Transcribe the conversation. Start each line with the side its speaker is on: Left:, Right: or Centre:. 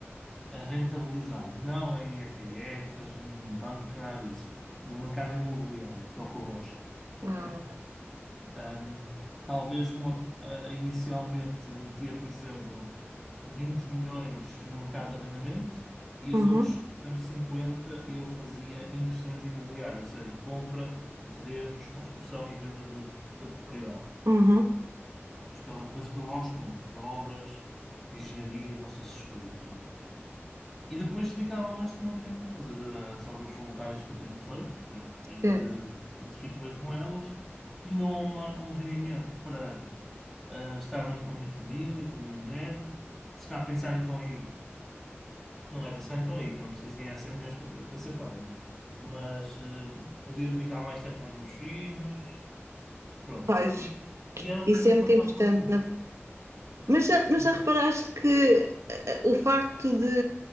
Centre: a rentabilizar, não em ETFs, em bancos, nada disso, no mercado imobiliário, que é o que eu gosto, ok?
Right: Ah, ok.
Centre: Ahm, talvez uma, ah, inicialmente metia, por exemplo, 20 milhões no mercado de arrendamento e
Right: Uhum.
Centre: os outros, por exemplo, 50 eu fazia investimento imobiliário, ou seja, compra de terrenos, construção e venda de, da propriedade.
Right: Uhum.
Centre: Pronto, que é uma coisa que eu gosto muito, de obras, engenharia, gosto dessas coisas. E depois dedicava o resto do meu tempo a fazer eh, as obras voluntárias que eu tenho feito, pronto, e
Right: Certo.
Centre: que fico bem com elas. Tinha uma- um rendimento para ah, estar bem com a minha família, com a minha mulher. Se calhar pensar então aí, não é pensar então aí, que eu não preciso ganhar 100 milhões para, para ser pai, né? Mas hum, podia dedicar mais tempo aos meus filhos, pronto.
Right: Pois,
Centre: E, e era um bocadinho
Right: isso é muito
Centre: passar
Right: importante,
Centre: por aí.
Right: na Mas já,
Centre: Sim.
Right: mas já reparaste que eh, eh, o facto de,